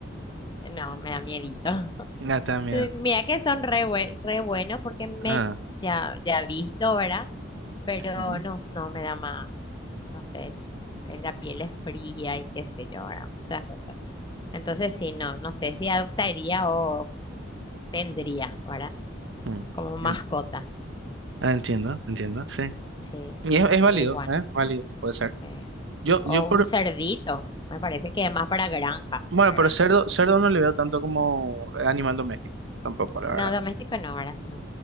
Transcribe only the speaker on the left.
No, me da miedito. <laughs>
Sí, Mira que son re, bue- re bueno porque me
ya, ya he visto, ¿verdad? Pero
no, no me da más, no sé, eh, la piel es fría y qué sé yo, ¿verdad? Muchas cosas. Entonces, sí, no, no sé si adoptaría o tendría, ¿verdad?
Como mascota,
sí,
una
iguana,
sí.
O
un cerdito, me parece que es más para granja,
¿verdad?
No,
doméstico no, ¿verdad? Mm.